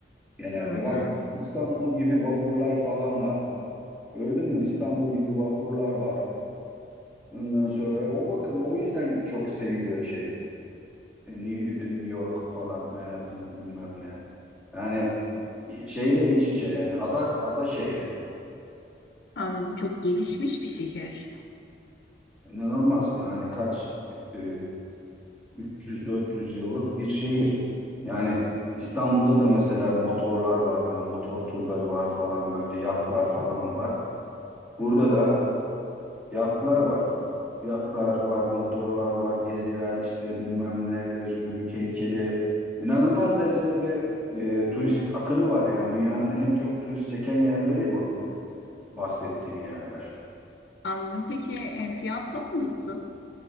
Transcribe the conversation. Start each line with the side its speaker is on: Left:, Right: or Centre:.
Centre: genelde.
Left: Hı hı,
Centre: Bak İstanbul gibi vapurlar falan var. Gördün mü? İstanbul gibi vapurlar var. Ondan sonra o bakın o yüzden çok seviliyor şey. e, New, New York falan Manhattan bilmem ne. Yani şeyle iç içe yani ada ada şehri.
Left: anladım. Çok gelişmiş bir şehir.
Centre: İnanılmaz. Yani kaç e, 300-400 yıllık bir şehir. Yani İstanbul'da da mesela motorlar var böyle motor turları var falan böyle yatlar falan var. Burada da yatlar var. Yatlar var, motorlar var, geziler işte bilmem ne, özgürlük heykeli. İnanılmaz derecede bir e, turist akını var. Yani dünyanın en çok turist çeken yerleri bu bahsettiğim yerler.
Left: Anladım. Peki e, fiyatlar nasıl?